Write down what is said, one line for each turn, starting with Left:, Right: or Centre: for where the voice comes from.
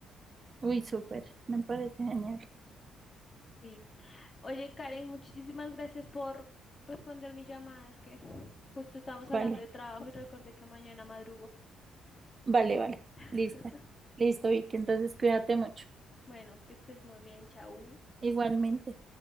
Right: Uy, súper, me parece genial.
Left: Sí. Oye, Karen, muchísimas gracias por responder mi llamada. Es que justo estábamos hablando
Right: Vale,
Left: de trabajo y recordé que mañana madrugo.
Right: vale, vale,
Left: <laughs>
Right: lista. Listo, Vicky, entonces cuídate mucho.
Left: Bueno, que estés muy bien, chau.
Right: Igualmente.